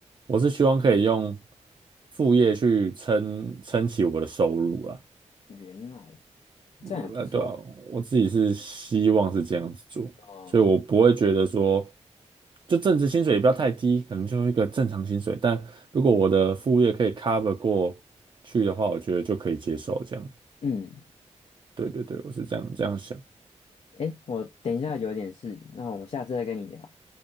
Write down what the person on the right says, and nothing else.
我是希望可以用副业去撑撑起我的收入啊。
我呃，
对啊，我自己是希望是这样子做，
所以我不会觉得说，就正职薪水也不要太低，可能就一个正常薪水。但如果我的副业可以 cover 过去的话，我觉得就可以接受这样。
对对对，我是这样这样想。